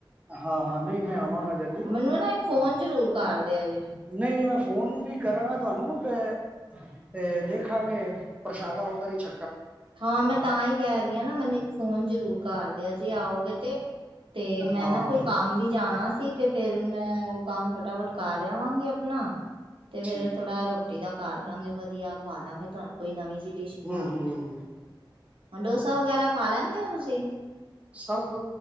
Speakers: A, on the right (about 15°); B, on the right (about 85°).
A: ਹਾਂ ਹਾਂ ਨਹੀਂ ਮੈਂ ਆਵਾਂਗਾ
B: ਹੂੰ,
A: ਜ਼ਰੂਰ
B: ਮੈਨੂੰ ਨਾ ਇੱਕ ਫੋਨ ਜ਼ਰੂਰ ਕਰਦੇ ਆ ਜੇ,
A: ਨਹੀਂ-ਨਹੀਂ ਮੈਂ ਫੋਨ ਵੀ, ਕਰਾਂਗਾ ਤੁਹਾਨੂੰ ਤੇ ਤੇ ਦੇਖਾਂਗੇ, ਪ੍ਰਸ਼ਾਦਾ ਘਰ ਹੀ ਛ
B: ਹਾਂ ਮੈਂ ਤਾਂ ਹੀ ਕਹਿ ਰਹੀ, ਹਾਂ ਨਾ ਮੈਨੂੰ ਇੱਕ ਫੋਨ ਜ਼ਰੂਰ ਕਰਦੇ, ਆ ਜੇ ਆਓਗੇ ਤੇ। ਤੇ ਮੈਂ
A: ਹਾਂ
B: ਨਾ ਕੋਈ ਕੰਮ ਵੀ ਜਾਣਾ ਸੀ। ਤੇ ਫੇਰ ਮੈਂ ਉਹ ਕੰਮ ਫਟਾਫਟ ਕਰ ਰਿਹਾ ਵਾਂਗੀ ਆਪਣਾ, ਤੇ
A: ਠੀਕ
B: ਫੇਰ ਥੋੜਾ
A: ਹੈ
B: ਰੋਟੀ ਦਾ ਕਰ ਲਾਂਗੇ, ਵਧੀਆ ਖਵਾ ਦਾਂਗੇ, ਤੁਹਾਨੂੰ ਕੋਈ ਨਵੀਂ ਜਿਹੀ ਡਿਸ਼ ਬਣਾ
A: ਹੂੰ
B: ਕੇ।
A: ਹੂੰ
B: ਹੁਣ ਡੋਸਾ ਵਗੈਰਾ ਖਾ ਲੈਂਦੇ ਹੋ ਤੁਸੀਂ?
A: ਸਭ